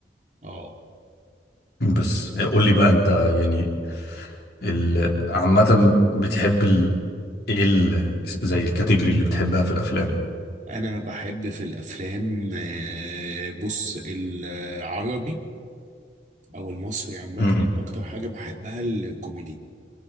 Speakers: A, on the right; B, on the left.
A: اه
B: بس إيه، قول لي بقى انت يعني ال... عامة بتحب ال... ايه ال... زي الكاتيجوري اللي بتحبها في الافلام
A: انا بحب في الافلام آه، بص العربي او المصري عامة
B: امم
A: اكتر حاجة بحبها الكوميدي